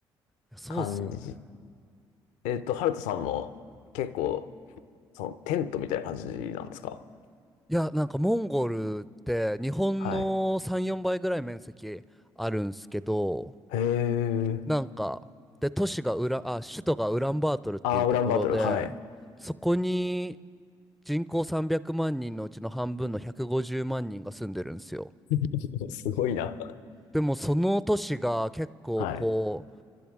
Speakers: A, in the centre; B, on the left.
A: やそうっすよね。
B: 感じ。えっと、ハルトさんも結構、そのテントみたいな感じなんですか
A: いや、なんかモンゴルって日本の3、
B: はい。
A: 4倍ぐらい面積あるんすけど、
B: へえ。
A: なんか、で、都市がウラ、あ、首都がウランバートルっていうところで、
B: ああ、ウランバートル。はい。
A: そこに人口300万人のうちの半分の150万人が住んでるんですよ。
B: <laughs> すごいな。
A: でもその都市が結構こう、
B: はい。